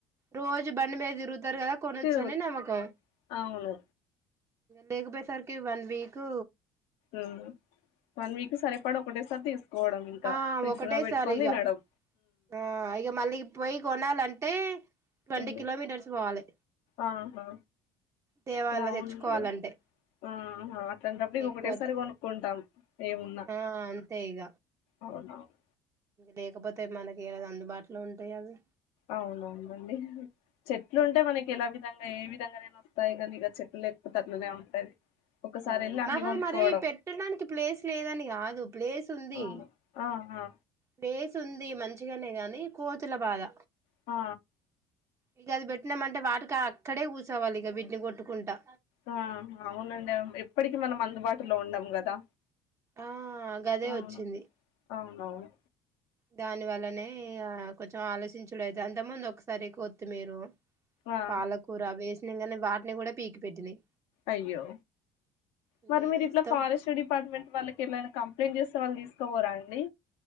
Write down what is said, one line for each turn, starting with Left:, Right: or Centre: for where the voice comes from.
Right: రోజు బండి మీద తిరుగుతుండే. ఇద్దరుగాదా కొనచ్చనే
Left: తిరుగు
Right: నమ్మకం.
Left: అవును
Right: లేకపోయేసరికి వన్ వీక్.
Left: ఉమ్ వన్ వీక్ సరిపడు ఒకటేసారి తీసు. కోవడం ఇంకా
Right: ఆ
Left: ఫ్రిజ్
Right: ఒకటేసారి
Left: లో పెట్టుకొని
Right: ఇగ
Left: తినడం.
Right: ఆ ఇగ మళ్ళీ పోయి కొనాలంటే ట్వంటీ
Left: ఉమ్
Right: కిలోమీటర్స్ పోవాలి
Left: ఆహా.
Right: తేవాల
Left: ఇగ అమేవుంది
Right: తెచ్చుకోవాలంటే
Left: ఆ అట్లాంటప్పుడు
Right: ఇంక
Left: ఇగాఒకటేసారి
Right: ఎక్కువ
Left: కొనుక్కుంటాం. ఏమున్నా
Right: ఆ అంతే ఇగ.
Left: అవునవును
Right: లేకపోతే మనకి ఐ అందుబాటులో ఉంటాయి అవి.
Left: అవునవునండి చెట్లు ఉంటే మనకి ఎలా విధంగా ఏ విధంగానైనా. పైగా నీకు అ చెట్లు లేకపోతే అట్లనే ఉంటది. ఒకసారి
Right: అవును
Left: వెళ్ళి అన్ని
Right: మహా
Left: కొనుక్కోవడం
Right: మరి పెట్టడానికి ప్లేస్ లేదని కాదు ప్లేస్ ఉంది.
Left: ఆహా ఆహా
Right: ప్లేస్ ఉంది మంచిగానే గాని కోతుల బాధ‌.
Left: ఆ.
Right: ఇంగ అది పెట్టినాంటే వాటికి అక్కడే కూర్చోవాలి ఇక వీటిని కొట్టుకుంటా.
Left: ఆ అవునండి ఎప్పటికి మనం అందుబాటులో ఉండం కదా.
Right: ఆ గదే
Left: అవును
Right: వచ్చింది.
Left: అవునవును.
Right: దాని వల్లనే ఇ ఆ కొంచెం ఆలోచించుడు అయిత అంత ముందు ఒకసారి కోత్తిమీరు
Left: ఆ
Right: పాలకూర వేసినంగానే వాటిని గుడ పీకి పెట్టినయి
Left: అయ్యో
Right: ఇంకేం
Left: మరి మీరు
Right: వేస్తాం
Left: ఇట్ల ఫారెస్ట్ డిపార్ట్మెంట్ వాళ్లకి ఏమైనా కంప్లైంట్ చేస్ త వాళ్లు తీసుకోపోరా అండి?